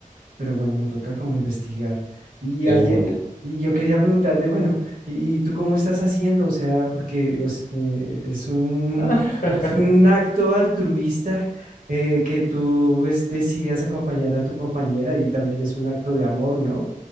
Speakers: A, on the right; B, on the left.
A: pero bueno, me toca como investigar. Y,
B: De
A: hay-
B: una.
A: y yo quería preguntarte, bueno, ¿y, y tú cómo estás haciendo? O sea, porque es, eh, es un,
B: Ah, <laughs>
A: es un acto altruista eh, que tú pues, decidas acompañar a tu compañera y también es un acto de amor, ¿no?